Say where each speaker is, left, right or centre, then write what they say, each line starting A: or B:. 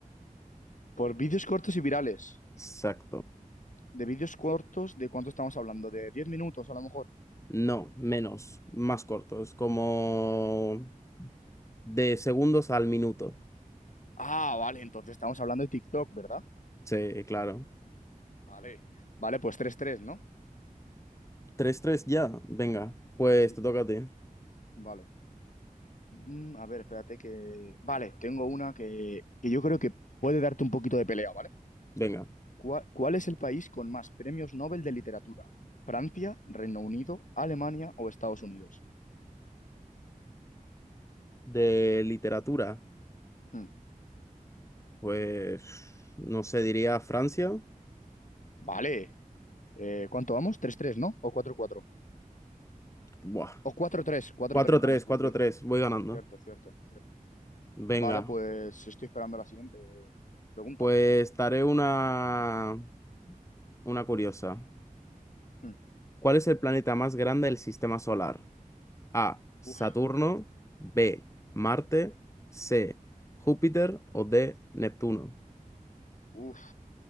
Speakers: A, on the left; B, on the left.
A: Por vídeos cortos y virales.
B: Exacto.
A: ¿De vídeos cortos de cuánto estamos hablando? ¿De 10 minutos a lo mejor?
B: No, menos, más cortos, como de segundos al minuto.
A: Ah, vale, entonces estamos hablando de TikTok, ¿verdad?
B: Sí, claro.
A: Vale. Vale, pues tres tres, ¿no?
B: tres tres ya, venga. Pues
A: Sí.
B: te toca a ti.
A: Vale. Mm, a ver, espérate que... Vale, tengo una que, que yo creo que puede darte un poquito de pelea, ¿vale?
B: Venga.
A: ¿Cuá- ¿Cuál, es el país con más premios Nobel de literatura? ¿Francia, Reino Unido, Alemania o Estados Unidos?
B: De literatura,
A: Hmm,
B: pues no sé, diría Francia.
A: Vale. Eh, ¿cuánto vamos? Tres tres, ¿O 4-4? O cuatro cuatro.
B: Buah.
A: o cuatro tres, cuatro
B: 4-3,
A: tres ganas tú,
B: 4-3,
A: cierto.
B: voy ganando.
A: Cierto, cierto, cierto.
B: Venga,
A: Vale, pues estoy esperando la siguiente pregunta.
B: pues daré una, una curiosa.
A: Hmm,
B: ¿Cuál es el planeta más grande del sistema solar? A. Saturno.
A: Uf,
B: B. Marte. C. Júpiter o D. Neptuno.
A: uf,